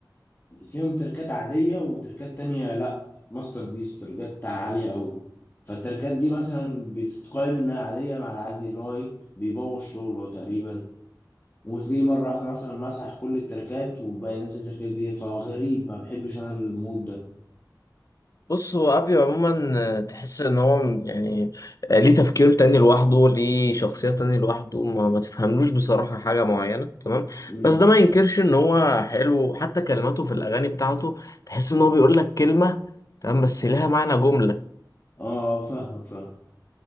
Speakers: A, on the left (about 30°); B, on the left (about 50°).
A: فيهم تركات عادية وتركات تانية لأ ماستر بيس تركات عالية أوي فالتركات دي مثلا بتتقايم إنها عادية مع العادي اللي هو إيه بيبوظ شغله تقريبا وتلاقيه مرة واحدة مثلا مسح كل التركات وبقى ينزل تركات جديدة فغريب ما بحبش أنا المود ده
B: بص هو ابيو عموما آه، تحس ان هو م- يعني آه، ليه تفكير تاني لوحده ليه شخصية تاني لوحده ما, ما تفهملوش بصراحة حاجة معينة تمام
A: مم.
B: بس ده ما ينكرش ان هو حلو حتى كلماته في الاغاني بتاعته تحس ان هو بيقول لك كلمة تمام بس لها معنى جملة
A: آه آه، فاهمك فاهم